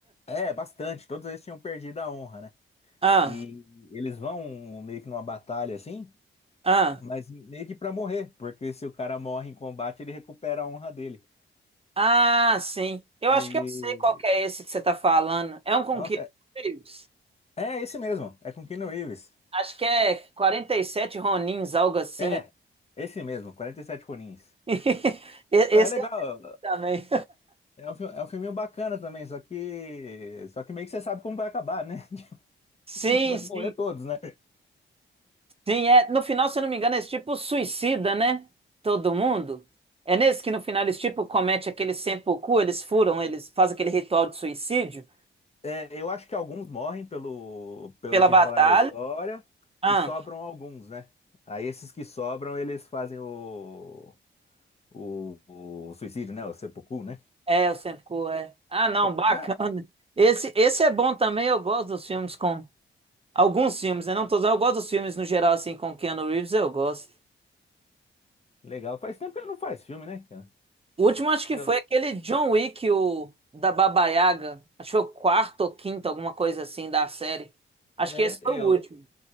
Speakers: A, on the left; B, on the right.
A: É, bastante. Todos eles tinham perdido a honra, né?
B: Ah,
A: E eles vão meio que numa batalha assim,
B: ah,
A: mas meio que pra morrer. Porque se o cara morre em combate, ele recupera a honra dele.
B: ah, sim. Eu
A: E.
B: acho que eu sei qual que é esse que você tá falando. É um com
A: Nossa,
B: Keanu
A: é,
B: Reeves?
A: é esse mesmo. É com Keanu Reeves.
B: Acho que é quarenta e sete Ronins, algo assim.
A: É, esse mesmo, 47 Conins.
B: <laughs> E- Esse
A: Pô, é legal.
B: eu também.
A: É um, fi- é um filminho bacana também, só que só que meio que você sabe como vai acabar, né?
B: Sim,
A: <laughs> Vai
B: sim,
A: morrer todos, né?
B: sim. É, no final, se eu não me engano, é esse tipo suicida, né? Todo mundo. É nesse que no final eles tipo comete aquele seppuku, eles furam, eles fazem aquele ritual de suicídio
A: É, eu acho que alguns morrem pelo, pelo
B: pela
A: desenrolar
B: batalha.
A: da história
B: Ah,
A: e sobram alguns, né? Aí esses que sobram, eles fazem o, o, o suicídio, né? O seppuku, né?
B: é, o seppuku é. Ah, não,
A: Seppu-
B: bacana.
A: né?
B: Esse, esse é bom também, eu gosto dos filmes com alguns filmes, né? Não todos, eu gosto dos filmes no geral assim com Keanu Reeves, eu gosto.
A: Legal. Faz tempo que ele não faz filme, né? cara?
B: O último acho que
A: Eu,
B: foi aquele John Wick, o da Baba Yaga. Acho que foi o quarto ou quinto, alguma coisa assim da série. Acho
A: é,
B: que esse
A: eu,
B: foi o último.